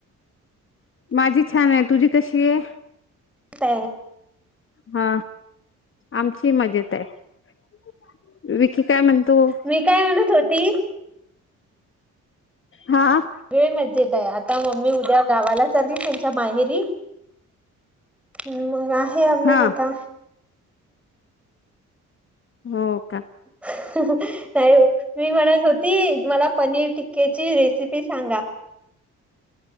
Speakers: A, on the left; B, in the centre.
A: माझी छान आहे तुझी कशी आहे
B: ते
A: हा आमची मजेत आहे विकी काय म्हणतो
B: मी काय म्हणत होती
A: हा
B: वेळ मज्जेत आहे आता मम्मी उद्या गावाला चालली त्यांच्या माहेरी ह मग आहे आम्ही
A: हा
B: आता
A: हो का
B: नाहीय मी म्हणत होती मला पनीर टिक्केची रेसिपी सांगा